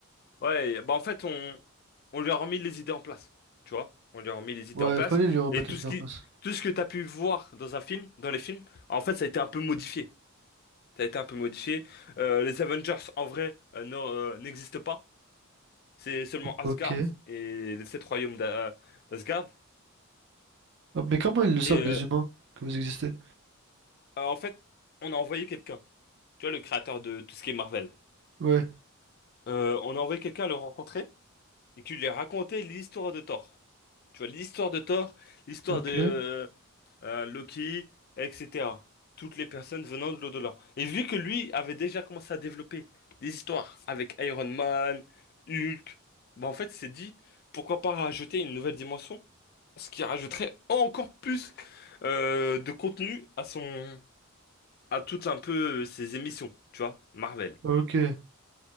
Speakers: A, on the left (about 45°); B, on the right (about 55°).
A: Ouais, bah en fait, on, on lui a remis les idées en place. Tu vois? On lui a remis les idées
B: Ouais,
A: en place.
B: fallait lui remettre
A: Et tout
B: les
A: ce
B: idées en
A: qui,
B: place.
A: tout ce que t'as pu voir dans un film, dans les films, en fait, ça a été un peu modifié. Ça a été un peu modifié. Euh, les Avengers, en vrai, euh, ne- euh, n'existent pas. C'est seulement Asgard
B: Ok.
A: et les sept royaumes d'A- d'Asgard.
B: Ah, mais comment ils le savent
A: Et euh,
B: les humains que vous existez?
A: euh, en fait, on a envoyé quelqu'un. Tu vois, le créateur de tout ce qui est Marvel.
B: Ouais,
A: Euh, on a envoyé quelqu'un le rencontrer et qui lui a raconté l'histoire de Thor. Tu vois, l'histoire de Thor, l'histoire
B: ok,
A: de euh, euh, Loki, etc. Toutes les personnes venant de l'au-delà. Et vu que lui avait déjà commencé à développer des histoires avec Iron Man, Hulk, bah en fait, il s'est dit, pourquoi pas rajouter une nouvelle dimension, ce qui rajouterait encore plus euh, de contenu à son, à toutes un peu euh, ses émissions, tu vois, Marvel.
B: ok.